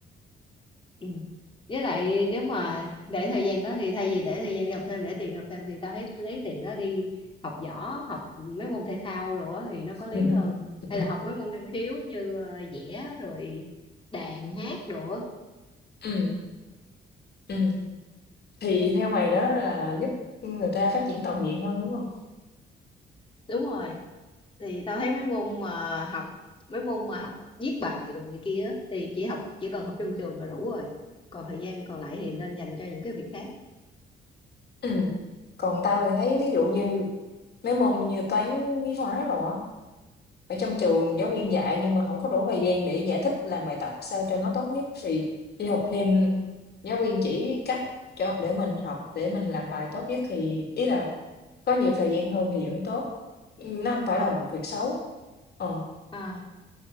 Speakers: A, on the left (about 25°); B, on the left (about 55°).
A: Ừ. Với lại nếu mà để thời gian đó thì thay vì để thời gian đi học thêm để tiền đi học thêm thì tao thấy lấy tiền đó đi học võ học mấy môn thể thao rồi á thì nó có lý
B: Ừ.
A: hơn hay
B: <laughs>
A: là học mấy môn năng khiếu như ờ, vẽ rồi đàn hát đồ á.
B: Ừm, ừm, thì theo mày đó là giúp người ta phát triển toàn diện hơn, đúng hông?
A: Đúng rồi, thì tao thấy mấy môn mà học mấy môn mà học viết bài rồi này kia á, thì chỉ học chỉ cần học trong trường là đủ rồi. Còn thời gian còn lại thì nên dành cho những cái việc khác.
B: Ừm, còn tao thì thấy ví dụ như mấy môn như toán, lý hóa đồ á, ở trong trường giáo viên dạy nhưng mà hổng có đủ thời gian để giải thích, làm bài tập sao cho nó tốt nhất thì đi học thêm. Giáo viên chỉ cách cho để mình học, để mình làm bài tốt nhất thì ý là có nhiều thời gian hơn thì vẫn tốt, ừm, nó hông
A: Ờ,
B: phải là một việc xấu. Ờ.
A: à.